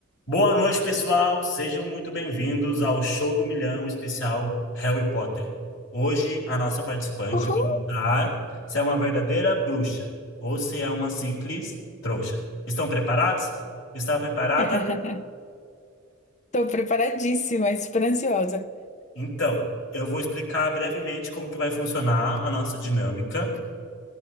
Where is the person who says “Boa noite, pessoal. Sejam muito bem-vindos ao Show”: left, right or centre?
Left